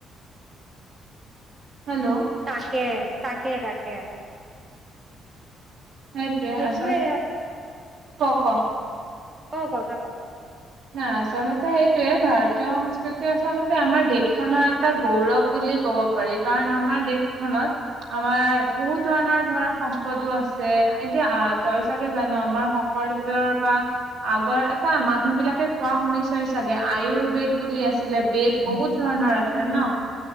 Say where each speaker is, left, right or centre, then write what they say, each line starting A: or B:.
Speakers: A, on the right; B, on the right.
A: হেল্ল'
B: তাকে তাকে তাকে
A: এইটোৱে
B: সেইটোয়ে
A: আচ্ছা, ক ক
B: ক ক তই ক
A: না আচামতে সেইটোয়ে ভাৰতীয় সংস্কৃতি আচলতে আমাৰ দেশখনৰ এটা গৌৰৱ বুলি ক'ব পাৰি কাৰণ আমাৰ দেশখনত আমাৰ বহুত ধৰণৰ ধৰ সম্পদো আছে এতিয়া তই চাগে জানো আমাৰ শং শংকৰদেৱৰ বা আগৰ এটা মানুহ বিলাক কোৱা শুনিছই চাগে আয়ুৰ্বেদ বুলি আছিলে বেদ বহুত ধৰণৰ আছে
B: উম হুম
A: ন